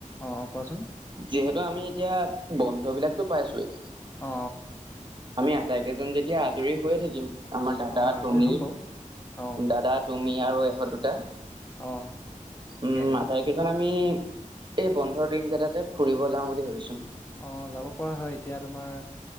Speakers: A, on the left; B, on the right.
A: অ কোৱাচোন
B: যিহেতু আমি এতিয়া বন্ধ বিলাকতো পাইছোয়েই
A: অ অ
B: আমি আটাইকেইজন যেতিয়া আজৰি হৈয়ে থাকিম আমাৰ দাদা
A: অ অ আজৰি
B: তুমি
A: হ'ম বাৰু অ
B: দাদা তুমি আৰু ইহঁত দুটা
A: অ তাকেহে
B: উম আতাই কেইজন আমি এই বন্ধৰ দিন কেইটাতে ফুৰিব যাও বুলি ভাবিছো
A: অ যাব পৰা হয় এতিয়া তোমাৰ